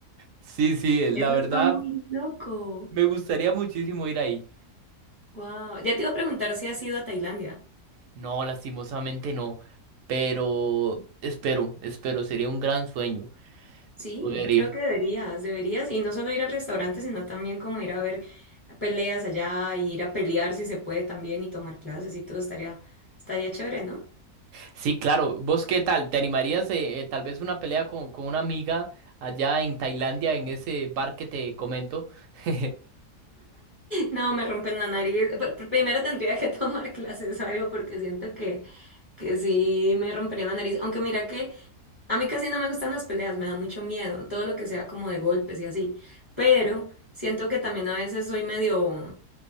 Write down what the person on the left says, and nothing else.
Eso
está muy loco.
Wow. Ya te iba a preguntar si has ido a Tailandia.
Sí,
creo que deberías, deberías. Y no solo ir al restaurante, sino también como ir a ver peleas allá, y ir a pelear si se puede también y tomar clases y todo estaría, estaría chévere, ¿no?
No, me rompen la nariz. Pr- pr- Primero tendría que tomar <laughs> clases o algo porque siento que, que sí me rompería la nariz. Aunque mira que a mí casi no me gustan las peleas, me da mucho miedo, todo lo que sea como de golpes y así. Pero siento que también a veces soy medio,